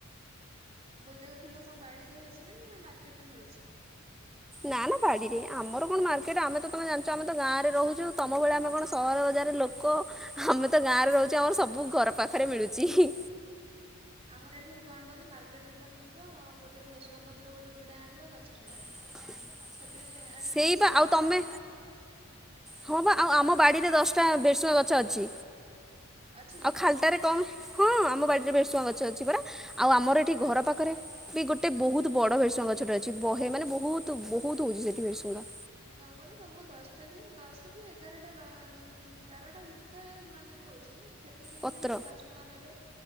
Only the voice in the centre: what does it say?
ନା ନା ବାଡି ରେ ଆମର କଣ ମାର୍କେଟ ଆମେ ତ ତମେ ଜାଣିଛ ଆମେ ତ ଗାଁରେ ରହୁଛୁ ତମ ଭଳିଆ ଆମେ କଣ ସହର ବଜାର ଲୋକ ଆମେ ତ ଗାଁ ରେ ରହୁଛୁ ଆମର ସବୁ ଘର ପାଖରେ ମିଳୁଛି। ହିଁ
<inaudible>
ସେଇ
ବା ଆଉ
ତମେ
ହଁ ବା ଆଉ ଆମ ବାଡିରେ ଦଶଟା ବେରସୁଗାଁ ଗଛ ଅଛି
ଆଉ ଖାଲଟାରେ କଣ ହଁ ଆମ ବାଡିରେ ଭେସୁଆ ଗଛ ଅଛି ପୁରା
ଆଉ ଆମର ଏଠି ଘର ପାଖରେ ବି ଗୋଟେ ବହୁତ ବଡ ଭେରସୁଙ୍ଗ ଗଛଟା ଅଛି ବହେ ମାନେ ବହୁତ ବହୁତ ହଉଛି ସେଠି ଭେରସୁଙ୍ଗା।
ପତ୍ର